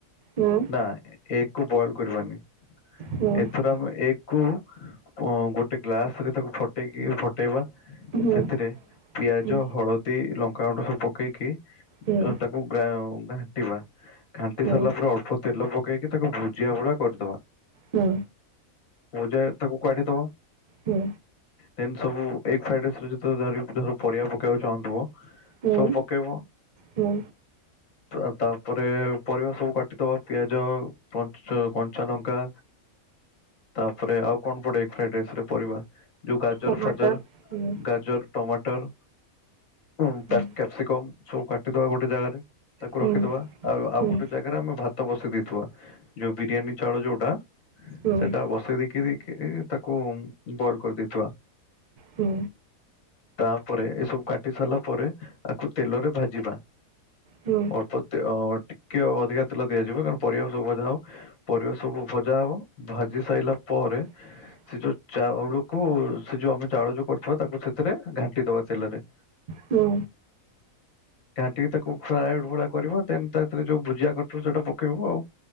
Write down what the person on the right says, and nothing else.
ହୁଁ।
ହୁଁ
ହୁଁ
ହୁଁ
ହୁଁ
ହୁଁ
ହୁଁ
ହୁଁ।
ହୁଁ
ହୁଁ
ଟମାଟର
ହୁଁ
ହୁଁ
ହୁଁ
ହୁଁ
ହୁଁ
ହୁଁ।
ହୁଁ
<unintelligible>
ହୁଁ।